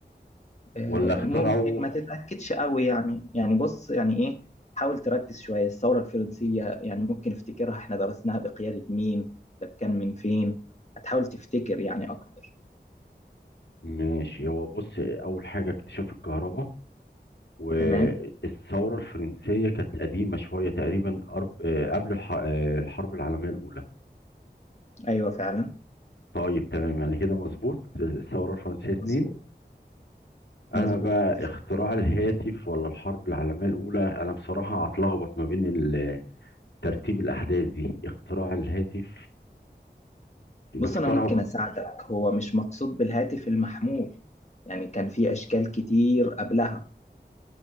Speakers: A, on the left; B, on the left.
A: آه،
B: ولا اخترعوا
A: ممكن ما تتأكدش قوي يعني يعني بص يعني ايه حاول تركز شوية الثورة الفرنسية يعني ممكن افتكرها احنا درسناها بقيادة مين ده كان من فين هتحاول تفتكر يعني اكتر
B: ماشي هو بص اول حاجه اكتشاف الكهرباء والثوره
A: تمام
B: الفرنسيه كانت قديمه شويه تقريبا أرب... آه، قبل الح... آه، الحرب العالميه الاولى
A: ايوه فعلا
B: طيب تمام يعني كده مظبوط الثورة الفرنسية
A: مظبوط
B: اتنين
A: مظبوط
B: انا بقى
A: تفتكر
B: اختراع الهاتف ولا الحرب العالمية الاولى انا بصراحة هتلخبط ما بين ال- ترتيب الاحداث دي اختراع الهاتف اللي
A: بص
B: اخترعه
A: أنا ممكن أساعدك هو مش مقصود بالهاتف المحمول يعني كان في أشكال كتير قبلها